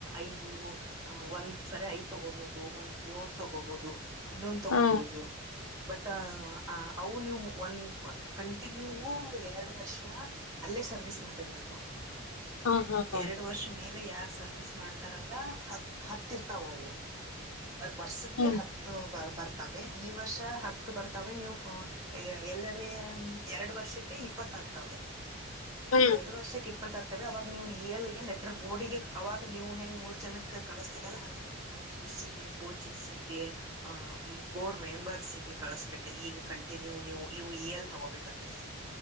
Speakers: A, on the right; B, on the left.
A: ಐದು. ಅ ಒಂದ್ಸರಿ ಐದ್ ತಗೋಬಹುದು ಒಂದ್ ಏಳ್ ತಗೋಬಹುದು ಹನ್ನೊಂದ ತಗೋಬಹುದು.
B: ಹಾ
A: ಬಟ್ ಅವು ನೀವು ಒಂದ ಕಂಟಿನ್ಯೂ ಎರಡು ವರ್ಷ. ಅಲ್ಲೇ ಸರ್ವಿಸ್ ಮಾಡಿರ್ಬೇಕು.
B: ಹಾ ಹಾ ಹಾ
A: ಎರಡು ವರ್ಷ ಮೇಲೆ ಯಾರ್ ಸರ್ವಿಸ್ ಮಾಡ್ತಾರಲ್ಲ ಹತ್ ಹತ್ತಿರ್ತಾವ ಅವು. ವರ್ಷಕ್ಕೆ
B: ಹ್ಮ್
A: ಹತ್ತು ಬ ಬರ್ತವೆೆ ಈ ವರ್ಷ ಹತ್ತು ಬರ್ತಾವೆ ನೀವು. ಎಲ್ಲರ ಎರಡು ವರ್ಷಕ್ಕೆ ಇಪ್ಪತ್ತಗ್ತವೆೆ.
B: ಹ್ಮ್
A: ಎರಡು ವರ್ಷಕ್ಕೆ ಇಪ್ಪತ್ತಾಗ್ತವೆ ಅವಾಗ. ನೀವು ಇಯರ್ಲ್ಲಿಗೆ ಲೆಟರ್ ಬೋರ್ಡಿಗೆ ಅವಾಗ ನೀವು ಹೆಂಗ್ ಮೂರ್ ಜನಕ್ ಕಳಿಸಸ್ತೀರಲ್ಲ ಹಂಗೆ. ನಾವು ಜಿಸಿಗೆ ಕೋ ಜಿಸಿಗೆ ಆಹ ಬೋರ್ಡ್ ಮೆಂಬರ್ಸ್ಗೆ ಕಳಸ್ಬೇಕ ಈಗ ಕಂಟಿನ್ಯೂ ನೀವು ಇವು ಇ ಎಲ್ ತಗೋಬೇಕಂದ್ರೆ. <inaudible>